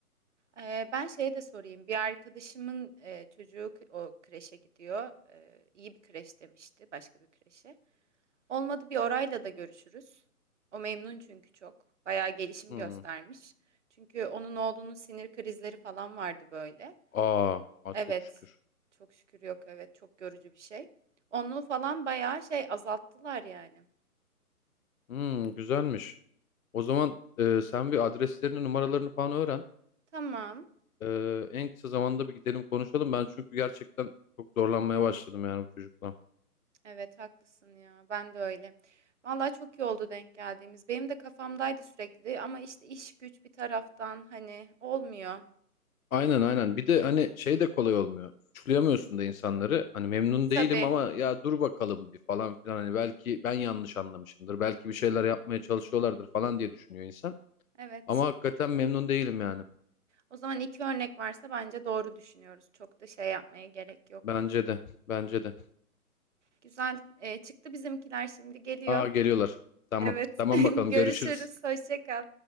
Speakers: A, on the right; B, on the left.
A: Eee, ben şeye de sorayım. Bir arkadaşımın eee, çocuğu k- o kreşe gidiyor. Eee, iyi bir kreş demişti, başka bir kreşe. Olmadı bir orayla da görüşürüz. O memnun çünkü çok. Bayağı gelişim
B: Hmm.
A: göstermiş. Çünkü onun oğlunun sinir krizleri falan vardı böyle.
B: Aa, aa
A: Evet.
B: çok şükür.
A: Çok şükür yok. Evet, çok görücü bir şey. Onu falan bayağı şey azalttılar yani.
B: Hmm, güzelmiş. O zaman e, sen bir adreslerini, numaralarını falan öğren.
A: Tamam.
B: E, en kısa zamanda bir gidelim konuşalım. Ben çünkü gerçekten çok zorlanmaya başladım yani bu çocukla.
A: Evet haklısın ya. Ben de öyle. Vallahi çok iyi oldu denk geldiğimiz. Benim de kafamdaydı sürekli ama işte iş güç bir taraftan hani olmuyor.
B: Aynen aynen. Bir de hani şey de kolay olmuyor. Suçlayamıyorsun da insanları. Hani memnun
A: E, tabii.
B: değilim ama ya dur bakalım bir falan filan. Hani belki ben yanlış anlamışımdır. Belki bir şeyler yapmaya çalışıyorlardır falan diye düşünüyor insan.
A: Evet.
B: Ama hakikaten memnun değilim yani.
A: O zaman iki örnek varsa bence doğru düşünüyoruz. Çok da şey yapmaya gerek yok.
B: Bence de. Bence de.
A: Güzel. E, çıktı bizimkiler şimdi geliyor.
B: Aa geliyorlar. Tamam.
A: Evet.
B: Tamam
A: <laughs>
B: bakalım
A: Görüşürüz.
B: görüşürüz.
A: Hoşça kal.